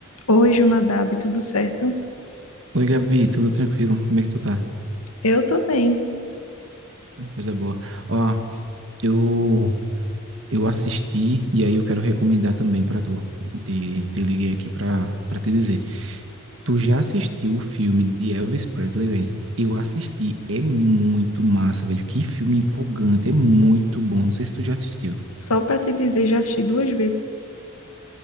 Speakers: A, on the left (about 80°); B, on the right (about 60°).
A: Oi, Jonadab, tudo certo?
B: Oi, Gabi, tudo tranquilo? Como é que tu tá?
A: Eu tô bem.
B: Coisa boa. Ó, eu eu assisti e aí eu quero recomendar também pra tu. Te, te liguei aqui pra para te dizer. Tu já assistiu o filme de Elvis Presley, velho? Eu assisti, é muito massa, velho. Que filme empolgante, é muito bom. Não sei se tu já assistiu.
A: Só pra te dizer, já assisti duas vezes.